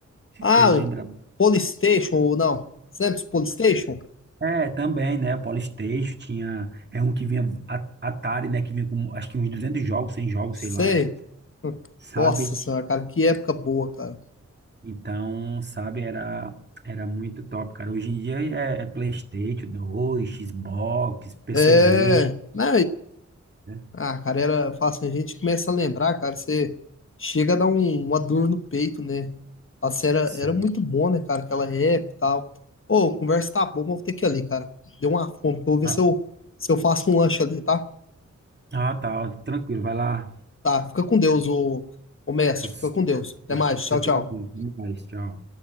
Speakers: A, on the right (about 35°); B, on the left (about 45°).
A: se
B: Ah,
A: tu lembra.
B: o Polystation ou não? Sempre os Polystation?
A: É, também, né? O PlayStation tinha, é um que vinha a- Atari, né, que vinha com acho que uns 200 jogos, 100 jogos,
B: Sei.
A: sei lá,
B: Hum,
A: sabe?
B: Nossa senhora, cara, que época boa, cara.
A: Então, sabe, era, era muito top, cara. Hoje em dia é, é PlayStation 2 Xbox, PC
B: É.
A: Game,
B: Né?
A: né?
B: Ah, cara, era, fácil. a gente começa a lembrar, cara, você chega a dar um- uma dor no peito, né? Fala assim, era,
A: Sim.
B: era muito bom, né, cara, aquela época e tal. Ô, a conversa tá boa, mas vou ter que ir ali, cara. Deu uma fome, que eu vou ver
A: Ah,
B: se eu, se eu faço um lanche ali, tá?
A: ah, tá, tranquilo, vai lá.
B: Tá, fica com Deus, ô, ô mestre,
A: Você,
B: fica com Deus. Até
A: você
B: mais, tchau, tchau.
A: também. Até mais, Tchau.